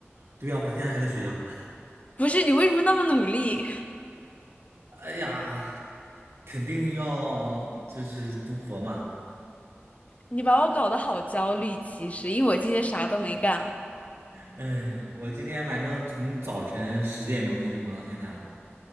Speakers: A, on the right; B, on the left.
A: 对呀，我现在还在学校。<laughs>
B: 不是，你为什么那么努力？
A: 哎呀，肯定要就是读博嘛。
B: 你把我搞得好焦虑，其实因为我今天啥都没干，
A: 哎呀，我今天反正从早晨十点钟一直忙到现在了。